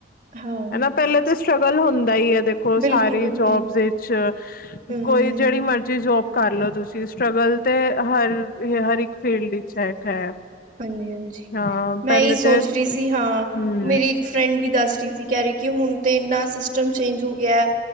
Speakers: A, on the right; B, on the left.
A: ਹਾਂ
B: ਹਨਾ ਪਹਿਲੇ ਤਾਂ ਸਟਰਗਲ ਹੁੰਦਾ ਹੀ ਹੈ। ਦੇਖੋ ਹੁਣ
A: ਬਿਲਕੁਲ
B: ਸਾਰੀ
A: ਬਿਲਕੁਲ
B: ਜੋਬਸ ਵਿੱਚ
A: ਹਮ
B: ਕੋਈ ਜਿਹੜੀ ਮਰਜ਼ੀ ਜੋਬ ਕਰਲੋ ਤੁਸੀਂ ਸਟਰ੍ਰਗਲ ਤੇ ਹਰ ਹਰ ਇੱਕ ਫੀਲਡ ਵਿੱਚ ਹੈ। ਹੈ
A: ਹਾਂਜੀ- ਹਾਂਜੀ
B: ਹਾਂ
A: ਮੈਂ
B: ਪਹਿਲੇ
A: ਇਹੀ ਸੋਚ
B: ਤੇ
A: ਰਹੀ ਸੀ। ਹਾਂ
B: ਹੂੰ
A: ਮੇਰੀ ਫਰੈਂਡ ਵੀ ਦੱਸ ਰਹੀ ਸੀ ਕਹਿ ਰਹੀ ਕਿ ਹੁਣ ਤੇ ਇੰਨਾ ਸਿਸਟਮ ਚੇਂਜ ਹੋ ਗਿਆ